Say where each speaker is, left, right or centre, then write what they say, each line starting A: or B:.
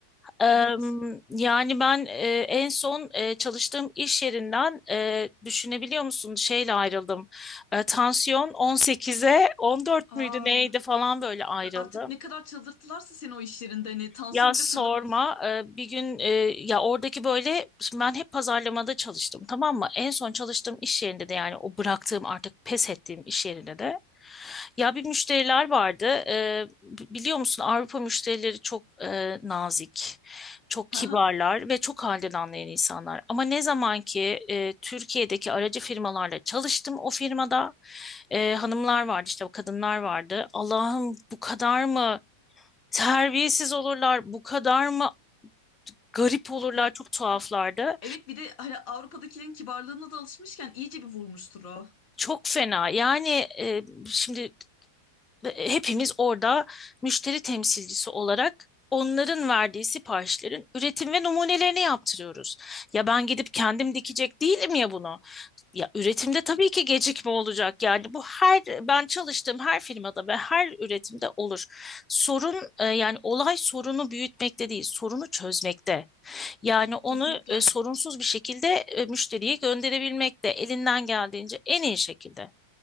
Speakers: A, on the left; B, on the left.
A: Eee,
B: Evet.
A: yani ben eee, en son eee, çalıştığım iş yerinden eee, düşünebiliyor musun şeyle ayrıldım. Eee, tansiyon 18'e 14
B: Aa,
A: müydü neydi falan böyle ayrıldım.
B: artık ne kadar çıldırttılarsa seni o iş yerinde hani tansiyon
A: Ya sorma
B: bile fırlamış.
A: Ee, bir gün e, ya oradaki böyle şimdi ben hep pazarlamada çalıştım tamam mı? En son çalıştığım iş yerinde de yani o bıraktığım artık pes ettiğim iş yerinde de ya bir müşteriler vardı. Ee, b- biliyor musun Avrupa müşterileri çok e, nazik, çok
B: <laughs>
A: kibarlar
B: Haha.
A: ve çok halden anlayan insanlar. Ama ne zaman ki e, Türkiye'deki aracı firmalarla çalıştım o firmada e, hanımlar vardı işte o kadınlar vardı. Allah'ım bu kadar mı? terbiyesiz olurlar, bu kadar mı garip olurlar,
B: Ya
A: çok tuhaflardı.
B: evet bir de hani Avrupa'dakilerin kibarlığına da alışmışken iyice bir vurmuştur o.
A: Çok fena. Yani e, şimdi e, hepimiz orada müşteri temsilcisi olarak onların verdiği siparişlerin üretim ve numunelerini yaptırıyoruz. Ya ben gidip kendim dikecek değilim ya bunu. Ya üretimde tabii ki gecikme olacak. Yani bu her ben çalıştığım her firmada ve her üretimde olur. Sorun e, yani olay sorunu büyütmekte değil, sorunu çözmekte. Yani onu
B: Kesinlikle.
A: e, sorunsuz bir şekilde e, müşteriye gönderebilmek de elinden geldiğince en iyi şekilde.